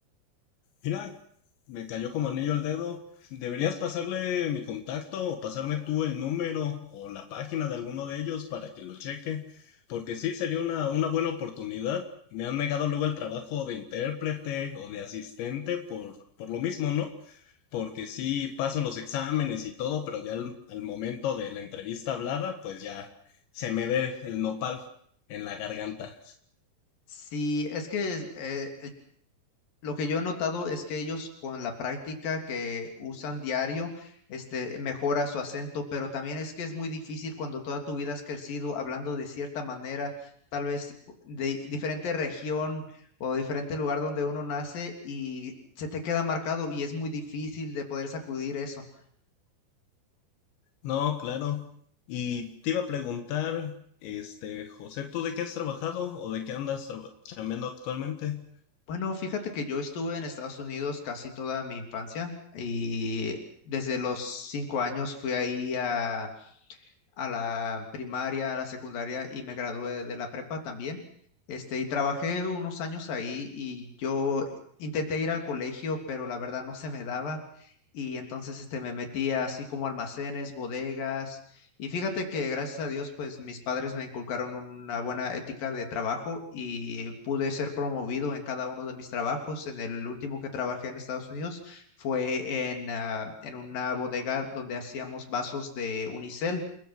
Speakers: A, on the left (about 85°); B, on the left (about 55°).
A: Mira, me cayó como anillo al dedo. Deberías pasarle mi contacto o pasarme tú el número o la página de alguno de ellos para que lo cheque, porque sí, sería una, una buena oportunidad. Me han negado luego el trabajo de intérprete o de asistente por, por lo mismo, ¿no? Porque sí paso los exámenes y todo, pero ya al, al momento de la entrevista hablada, pues ya se me ve el nopal en la garganta.
B: Sí, es que eh, Lo que yo he notado es que ellos con la práctica que usan diario, este, mejora su acento, pero también es que es muy difícil cuando toda tu vida has crecido hablando de cierta manera, tal vez pu- de diferente región o diferente lugar donde uno nace y se te queda marcado y es muy difícil de poder sacudir eso.
A: No, claro. Y te iba a preguntar, este, José, ¿tú de qué has trabajado o de qué andas traba- chambeando actualmente? <laughs>
B: Bueno, fíjate que yo estuve en Estados Unidos casi toda mi infancia y desde los cinco años fui ahí a a la primaria, a la secundaria y me gradué de la prepa también. Este, y trabajé unos años ahí y yo intenté ir al colegio, pero la verdad no se me daba. Y entonces este, me metía así como almacenes, bodegas. Y fíjate que gracias a Dios, pues mis padres me inculcaron una buena ética de trabajo y pude ser promovido en cada uno de mis trabajos. En el último que trabajé en Estados Unidos fue en, ah, en una bodega donde hacíamos vasos de unicel